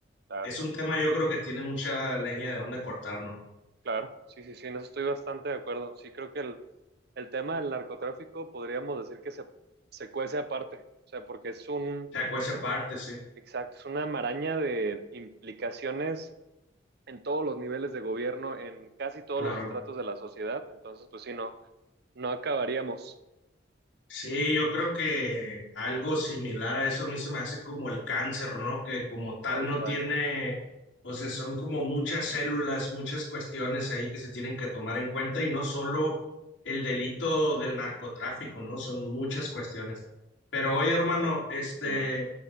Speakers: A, on the right; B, on the left.
A: Claro.
B: es un tema yo creo que tiene mucha leña de dónde cortar, ¿no? O
A: Claro, sí, sí, sí, en eso estoy bastante de acuerdo. Sí, creo que el, el tema del narcotráfico podríamos decir que se, se cuece aparte, o sea, porque es un,
B: sea, cuece parte, sí,
A: exacto, es una maraña de implicaciones en todos los niveles de gobierno, en casi todos
B: claro.
A: los estratos de la sociedad. Entonces, pues sí, no, no acabaríamos
B: Sí, yo creo que algo similar a eso a mí se me hace como el cáncer, ¿no? Que como tal
A: tal
B: no
A: cual.
B: tiene, o sea, son como muchas células, muchas cuestiones ahí que se tienen que tomar en cuenta y no solo el delito del narcotráfico, ¿no? Son muchas cuestiones. Pero
A: Exactamente.
B: oye, hermano, este,
A: Dime.